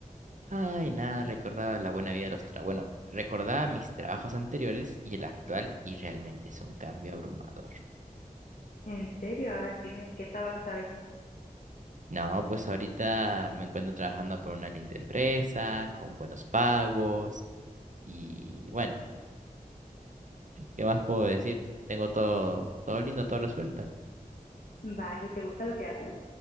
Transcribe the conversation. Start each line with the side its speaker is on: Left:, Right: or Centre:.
Right: Ay, nada, recordaba la buena vida de los trabajos. Bueno, recordaba mis trabajos anteriores y el actual y realmente es un cambio abrumador.
Left: ¿En serio? A ver, dime, ¿en qué trabajas ahorita?
Right: No, pues ahorita me encuentro trabajando por una linda empresa, con buenos pagos y bueno, ¿qué más puedo decir? Tengo todo, todo lindo, todo resuelto.
Left: Vaya, ¿te gusta lo que haces?